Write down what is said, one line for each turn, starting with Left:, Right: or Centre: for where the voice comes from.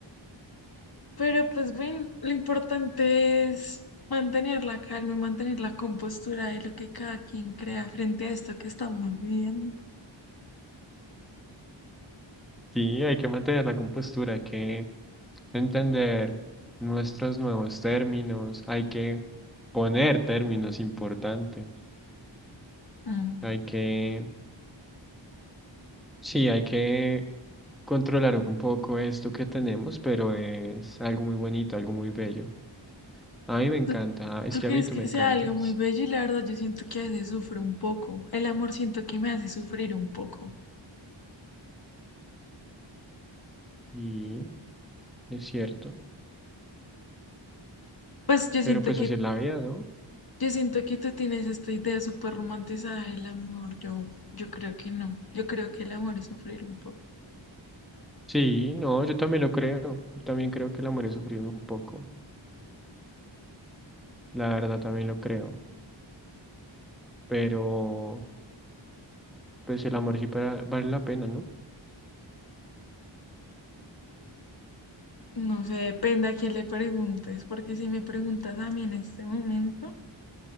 Left: Pero pues bueno, lo importante es mantener la calma, y mantener la compostura de lo que cada quien crea frente a esto que estamos viviendo.
Centre: Sí, hay que mantener la compostura, hay que entender nuestros nuevos términos, hay que poner términos importantes,
Left: Mm.
Centre: hay que, sí, hay que controlar un poco esto que tenemos, pero es algo muy bonito, algo muy bello. A mí me encanta,
Left: ¿Tú,
Centre: es
Left: tú
Centre: que
Left: crees
Centre: a mí tú
Left: que
Centre: me encantas,
Left: sea algo muy bello? Y la verdad yo siento que a veces sufro un poco. El amor siento que me hace sufrir un poco.
Centre: y es cierto,
Left: Pues yo
Centre: pero
Left: siento
Centre: pues
Left: que,
Centre: así es la vida, ¿no?
Left: yo siento que tú tienes esta idea súper romantizada del amor. Yo, yo creo que no. Yo creo que el amor es sufrir un poco.
Centre: Sí, no, yo también lo creo. Yo también creo que el amor es sufrir un poco. La verdad también lo creo. Pero, pues el amor sí para- vale la pena, ¿no?
Left: No sé, depende a quién le preguntes, porque si me preguntas a mí en este momento.